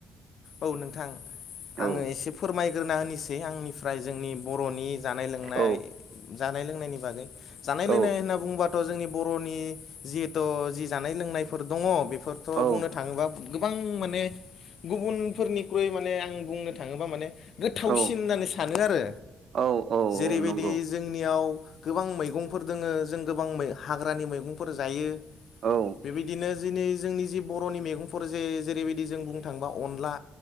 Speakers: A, on the left; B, on the right.
A: औ नोंथां
B: औ
A: आङो एसे फोरमायग्रोना होनोसै आंनिफ्राय जोंनि बर'नि जानाय लोंनाय
B: औ
A: जानाय लोंनायनि बागै जानाय
B: औ
A: लोंनाय होनना बुंबा थ' जोंनि बर'नि जिहेथु जि जानाय लोंनायफोर दङ बेफोरथ'
B: औ
A: बुंनो थांङोबा गोबां माने गुबुनफोरनिख्रुइ माने आं बुंनो थाङोबा माने गोथावसिन
B: औ
A: होननानै सानो आरो
B: औ औ
A: जेरैबायदि
B: नंगौ
A: जोंनियाव गोबां मैगंफोर दोङो जों गोबां हाग्रानि मैगंफोर जायो। बेबायदिनो
B: औ
A: दिनै जोंनि जि बर'नि मैगंफोर जे जेरैबायदि जों बुंनो थाङोबा अनला